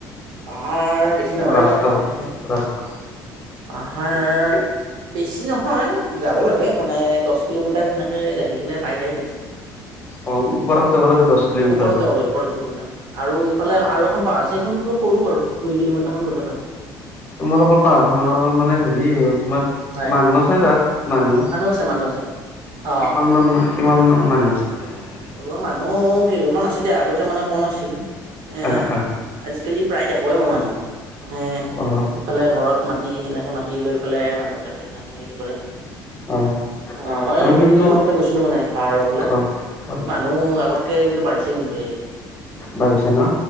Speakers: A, on the right; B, on the left.
A: পাহাৰ বেছি নহয়
B: ৰাস্তাৰ
A: ৰ'বা। এ।
B: ৰাস্তাত
A: পাহাৰ। বেছি নহয় যাব লাগে। মানে দহ কিলোমিটাৰ, তেনেকে যায় থাকিলে পাই যায় কিন্তু।
B: অ ওপৰত যাব লাগে দহ কিলোমিটাৰ
A: ওপৰত
B: মান
A: যাব লাগে। ওপৰত যাব লাগে আৰু এইফালে
B: অ
A: আৰু এখন পাহাৰ আছে। সেইখন বোলো সৰু বাৰু। দুই কিলোমিটাৰ মান গ'লে পায়।
B: তোমালোকৰ পাহাৰ খনৰ মানে হেৰি। মা
A: হয়
B: মানুহ আছে তাত, মানুহ। কিমান
A: আছে মানুহ আছে অ
B: মান, কিমান মান মানুহ আছে?
A: আমাৰ মানুহ। কেইঘৰমান আছে দিয়া, আগতে মানে কম আছিল, এ
B: আহ আহ
A: আজিকালি প্ৰায় দেখুৱেই মই মানুহ। মানে
B: অ
A: এইফালে এঘৰত মাটি, এনেকে মাটি লৈ পেলাই মানুহ। এনেকে এনেকে হেৰি কৰে।
B: হয়
A: অ' মই
B: মানে
A: দুদিনমান
B: কিন্তু
A: আগতে গৈছিলোঁ মানে, পাহাৰৰ ফালে।
B: হয় হয়
A: মানুহ, আগতকে কিন্তু বাঢ়িছে কিন্তু সেই।
B: বাঢ়িছে ন